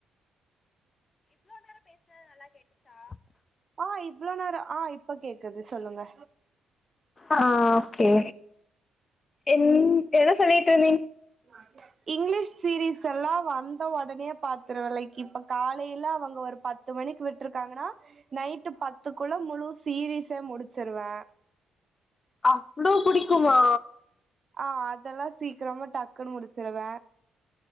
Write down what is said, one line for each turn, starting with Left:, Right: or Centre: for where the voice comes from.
Left: இவ்ளோ நேர பேசுனது நல்லா கேட்டுச்சா
Right: ஆ இவ்ளோ நேர ஆ இப்ப கேக்குது சொல்லுங்க
Left: ஆ ஒகே என் என்ன சொல்லிட்ருந்தீங்க
Right: ஆ இங்கிலீஷ் சீரீஸ் எல்லா வந்த ஒடனேயே பாத்துருவே லைக் இப்ப காலையில அவுங்க ஒரு பத் த்து மணிக்கு விட்டுருக்காங்கன்னா நைட்டு பத்துக்குள்ள முழு சீரீஸே முடிச்சிருவே
Left: அவ்ளோ புடிக்குமா
Right: ஆ அதெல்லா சீக்கிரமா டக்குன்னு முடிச்சிருவ